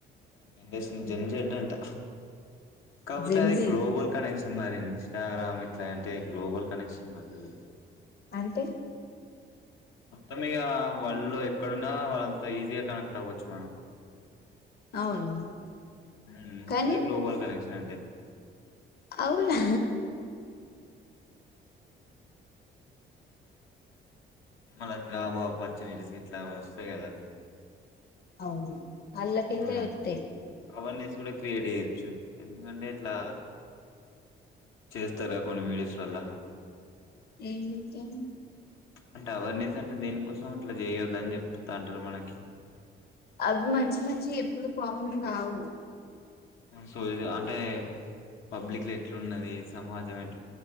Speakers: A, on the left (about 85°); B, on the left (about 50°).
A: ఏం చేస్తుంది జన్ చెడ అంటా కాకపోతే
B: జెంజీ
A: అది గ్లోబల్ కనెక్షన్ మరి ఇన్స్టాగ్రామ్ ఎట్లా అంటే గ్లోబల్ కనెక్షన్ మాకు అది
B: అంటే
A: మొత్తం ఇగా వరల్డ్ లో ఎక్కడున్నా వాళ్ళంతా ఈజీగా కనెక్ట్ అవ్వచ్చు మనం
B: అవును
A: హ్మ
B: కానీ
A: అదే గ్లోబల్ కనెక్షన్ అంటే
B: అవునా
A: మల్ల జాబ్ అప్పోర్చున్టీస్ ఇట్లా వస్తాయ్ కదా
B: అవును అల్లకెళ్లె
A: ఉమ్
B: వస్తాయ్
A: అవేర్నెస్ కూడా క్రియేట్ చేయొచ్చు ఎందుకంటే ఇట్లా చేస్తారగా కొన్ని వీడియోస్లల్లా
B: ఏం చేస్తారు
A: అంటే అవేర్నెస్ అంటే దేనికోసం అట్లా చేయవద్ద అని చెప్తా అంటారు మనకి
B: అవి మంచి మంచి వి ఎప్పుడు పాపులర్ కావు
A: సోది అంటే పబ్లిక్ లో ఎట్లున్నది సమాజం ఎట్